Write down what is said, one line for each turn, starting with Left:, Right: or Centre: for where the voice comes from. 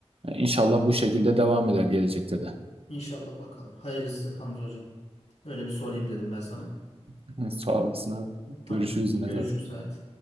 Right: İnşallah bu şekilde devam eder gelecekte de.
Left: İnşallah bakalım. Hayırlısı Hamza hocam. Öyle bir sorayım dedim ben sana.
Right: <laughs> Sağ olasın abi.
Left: Tamam.
Right: Görüşürüz yine
Left: Görüşürüz
Right: zaten.
Left: hayatım.